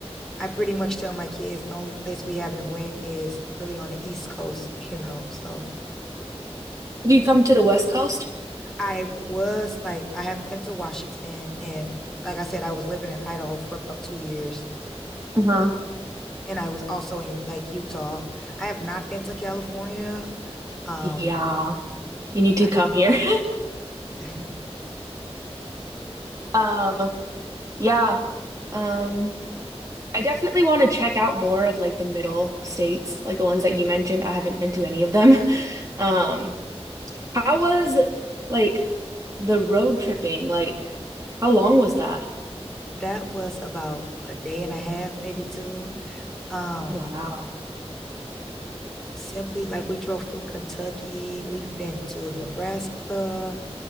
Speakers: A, in the centre; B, on the right.
A: I pretty much tell my kids the only place we haven't went is really on the East Coast, you know. So
B: Do you come to the West Coast?
A: I was like, I have been to Washington, and like I said, I was living in Idaho for about two years,
B: Uh-huh.
A: and I was also in like Utah. I have not been to California. Um,
B: Yeah. You need to
A: I,
B: come here. <laughs>
A: <laughs>
B: Um, yeah. Um, I definitely want to check out more of like the middle states, like the ones that you mentioned. I haven't been to any of them. <laughs> Um, how was like the road tripping? Like How long was that?
A: that was about a day and a half, maybe two. Um,
B: Wow.
A: simply like we drove through Kentucky, we've been to Nebraska,